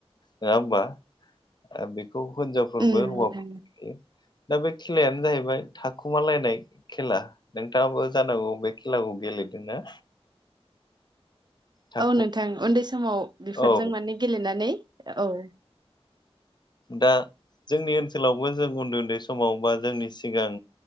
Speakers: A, on the left (about 45°); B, on the right (about 45°).
A: नङा होमबा? बे बे खौ हिनजावफोरबो
B: उम
A: हौवाफोराबो
B: नोंथां
A: दा बे खेलायानो जाहैबाय थाखुमालायनाय। खेला नोंथाङाबो जानांगौ बे खेलाखौ गेलेदोंना? थाखु
B: औ नोंथां उन्दै समाव बेफोरजों
A: औ
B: माने गेलेनानै औ।
A: दा जोंनि ओनसोलावबो जों उन्दै उन्दै समाव बा जोंनि सिगां